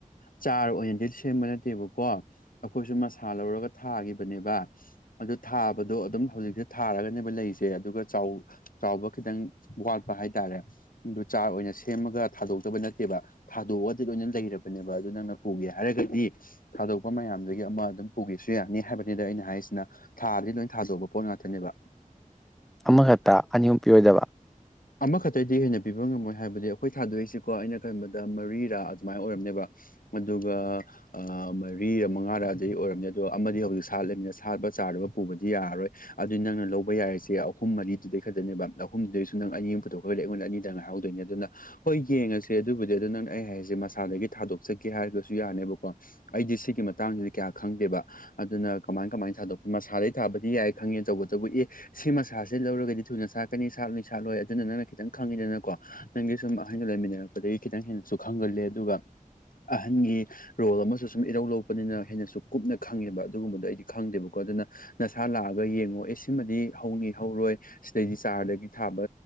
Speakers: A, on the left; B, in the centre.
A: ꯆꯥꯔ ꯑꯣꯏꯅꯗꯤ ꯁꯦꯝꯕ ꯅꯠꯇꯦꯕꯀꯣ ꯑꯩꯈꯣꯏꯁꯨ ꯃꯁꯥ ꯂꯧꯔꯒ ꯊꯥꯈꯤꯕꯅꯦꯕ ꯑꯗꯨ ꯊꯥꯕꯗꯣ ꯑꯗꯨꯝ ꯍꯧꯖꯤꯛꯁꯦ ꯊꯥꯔꯒꯅꯦꯕ ꯂꯩꯁꯦ ꯑꯗꯨꯒ ꯆꯥꯎ ꯆꯥꯎꯕ ꯈꯤꯇꯪ ꯋꯥꯠꯄ ꯍꯥꯏꯇꯥꯔꯦ ꯑꯗꯨ ꯆꯥꯔ ꯑꯣꯏꯅ ꯁꯦꯝꯃꯒ ꯊꯥꯗꯣꯛꯇꯕ ꯅꯠꯇꯦꯕ ꯊꯥꯗꯣꯛꯑꯗꯤ ꯂꯣꯏꯅ ꯂꯩꯔꯕꯅꯦꯕ ꯑꯗꯨ ꯅꯪꯅ ꯄꯨꯒꯦ ꯍꯥꯏꯔꯒꯗꯤ ꯊꯥꯗꯣꯛꯄ ꯃꯌꯥꯝꯗꯨꯒꯤ ꯑꯃ ꯑꯗꯨꯝ ꯄꯨꯒꯦꯁꯨ ꯌꯥꯅꯤ ꯍꯥꯏꯕꯅꯤꯗ ꯑꯩꯅ ꯍꯥꯏꯁꯤꯅ ꯊꯥꯗꯤ ꯂꯣꯏ ꯊꯥꯗꯣꯛꯄ ꯄꯣꯠ ꯉꯥꯛꯇꯅꯦꯕ
B: ꯑꯃꯈꯛꯇ ꯑꯅꯤ ꯑꯍꯨꯝ ꯄꯤꯔꫭꯏꯗꯕ
A: ꯑꯃꯈꯛꯇꯗꯤ ꯍꯦꯟꯅ ꯄꯤꯕ ꯉꯝꯃꯣꯏ ꯍꯥꯏꯕꯗꯤ ꯑꯩꯈꯣꯏ ꯊꯥꯗꯣꯛꯏꯁꯤꯀꯣ ꯑꯩꯅ ꯈꯟꯕꯗ ꯃꯔꯤꯔꯥ ꯑꯗꯨꯃꯥꯏꯅ ꯑꯣꯏꯔꯝꯅꯦꯕ ꯑꯗꯨꯒ ꯑꯥ ꯃꯔꯤꯔ ꯃꯉꯥꯔꯗꯤ ꯑꯣꯏꯔꯝꯅꯤ ꯑꯗꯣ ꯑꯃꯗꯤ ꯍꯧꯖꯤꯛ ꯁꯥꯠꯂꯤꯕꯅꯤꯅ ꯁꯥꯠꯄ ꯆꯥꯔꯗꯨꯒ ꯄꯨꯕꯗꯤ ꯌꯥꯔꯔꯣꯏ ꯑꯗꯨ ꯅꯪꯅ ꯂꯧꯕ ꯌꯥꯔꯤꯁꯦ ꯑꯍꯨꯝ ꯃꯔꯤꯗꯨꯗꯤ ꯈꯛ ꯑꯗꯨꯅꯦꯕ ꯑꯍꯨꯝꯗꯩꯁꯨ ꯅꯪ ꯑꯅꯤ ꯑꯃ ꯄꯨꯊꯣꯛꯈ꯭ꯔꯗꯤ ꯑꯩꯉꯣꯟꯗ ꯑꯅꯤꯗꯪ ꯉꯥꯏꯍꯧꯗꯣꯏꯅꯦ ꯑꯗꯨꯅ ꯍꯣꯏ ꯌꯦꯡꯉꯁꯦ ꯑꯗꯨꯕꯨꯗꯤ ꯑꯗꯣ ꯅꯪꯅ ꯑꯩ ꯍꯥꯏꯁꯦ ꯃꯁꯥꯗꯒꯤ ꯊꯥꯗꯣꯛꯆꯒꯦ ꯍꯥꯏꯔꯒꯁꯨ ꯌꯥꯅꯦꯕꯀꯣ ꯑꯩꯗꯤ ꯁꯤꯒꯤ ꯃꯇꯥꯡꯁꯤꯗꯤ ꯀꯌꯥ ꯈꯪꯗꯦꯕ ꯑꯗꯨꯅ ꯀꯃꯥꯏ ꯀꯃꯥꯏ ꯊꯥꯗꯣꯛꯇꯨꯏ ꯃꯁꯥꯗꯩ ꯊꯥꯕꯗꯤ ꯌꯥꯏ ꯈꯪꯉꯦ ꯇꯧꯕꯇꯕꯨ ꯑꯦ ꯁꯤ ꯃꯁꯥꯁꯦ ꯂꯧꯔꯒꯗꯤ ꯊꯨꯅ ꯁꯥꯥꯛꯀꯅꯤ ꯁꯥꯠꯂꯅꯤ ꯁꯥꯠꯂꯣꯏ ꯑꯗꯨꯅ ꯅꯪꯅ ꯈꯤꯇꯪ ꯈꯪꯉꯤꯗꯅꯀꯣ ꯅꯪꯒꯤ ꯁꯨꯝ ꯑꯍꯒ ꯂꯩꯃꯤꯟꯅꯔꯛꯄꯗꯒꯤ ꯈꯤꯇꯪ ꯍꯦꯟꯅꯁꯨ ꯈꯪꯒꯂꯦ ꯑꯗꯨꯒ ꯑꯍꯟꯒꯤ ꯔꯣꯜ ꯑꯃꯁꯨ ꯁꯨꯝ ꯏꯔꯧ ꯂꯧꯕꯅꯤꯅ ꯍꯦꯟꯅꯁꯨ ꯀꯨꯞꯅ ꯈꯪꯉꯦꯕ ꯑꯗꯨꯒꯨꯝꯕꯗꯣ ꯑꯩꯗꯤ ꯈꯪꯗꯦꯕꯀꯣ ꯑꯗꯨꯅ ꯅꯁꯥ ꯂꯥꯛꯑꯒ ꯌꯦꯡꯉꯣ ꯑꯦ ꯁꯤꯃꯗꯤ ꯍꯧꯅꯤ ꯍꯧꯔꯣꯏ ꯁꯤꯗꯩꯗꯤ ꯆꯥꯔꯗꯒꯤ ꯊꯥꯕ